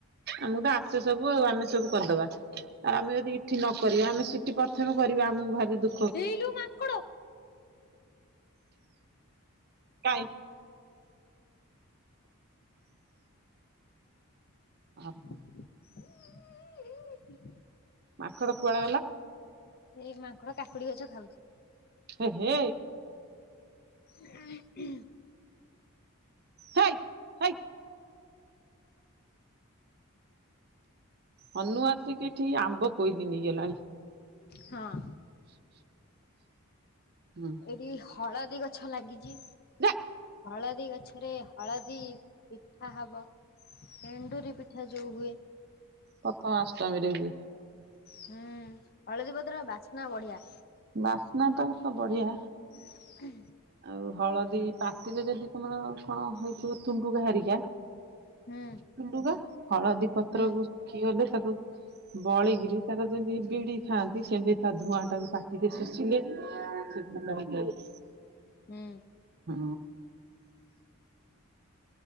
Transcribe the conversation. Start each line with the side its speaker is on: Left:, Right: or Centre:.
Right: ଆମକୁ ତ ଆସ ସବୁ ଆଉ ଆମେ ସବୁ କରିଦବା ଆଉ ଆମେ ଯଦି ଏଇଠି ନ କରିବା ଆମେ ସେଠି ପ୍ରଥମେ କରିବା ଆମକୁ ଭାରି ଦୁ
Left: ହେଇଲୋ ମାଙ୍କଡ଼,
Right: କାଇ, ହଉ।
Left: ଉଁ, ଉଁ, ଉଁ।
Right: ମାଙ୍କଡ
Left: ମାଙ୍କଡ଼
Right: କୁଆଡେ
Left: କୁଆଡ଼େ ଗଲା ଏଇ ମାଙ୍କଡ କାକୁଡି ଗଛ ଖାଉଛି।
Right: ଏ ହେ,
Left: ହ।
Right: ହେଇ ହେଇ, ହନୁ ଆସିକି ଠିକ ଆମ୍ବ କୋଇଲିି ନେଇଗଲାଣି।
Left: ହଁ।
Right: ହୁ <inaudible>
Left: ଏଇଠି ହଳଦୀ ଗଛ ଲାଗିଛି,
Right: ଯା
Left: ହଳଦୀ ଗଛରେ ହଳଦୀ ପିଠା ହବ। ଏଣ୍ଡୁରି ପିଠା ଯୋଉ ହୁଏ,
Right: ପ୍ରଥମାଷ୍ଟମୀରେ ବି।
Left: ହୁଁ ହଳଦୀ ପତ୍ର ବାସ୍ନା ବଢିଆ।
Right: ବାସ୍ନା ତ ସବ ବଢିଆ।
Left: <unintelligible>
Right: ଆଉ ହଳଦୀ ପାଟିରେ ଯଦି ତମର କଣ ହେଇଥିବ ତୁଣ୍ଡୁକାହାରିକା
Left: ହୁଁ
Right: ତୁଣ୍ଡୁକା ହଳଦୀ ପତ୍ରକୁ
Left: ହୁଁ
Right: କି ଗଲେ ତାକୁ ବଳେଇିକିରି ତାର ଯେମିତି ବିଡି ଖାଆନ୍ତି ସେମିତି ତା ଧୂଆଁ ଟାକୁ କାଟିକି ଶୋଷିଲେ ଭ ହେଇଯାଏ
Left: ହୁଁ
Right: ହଁ।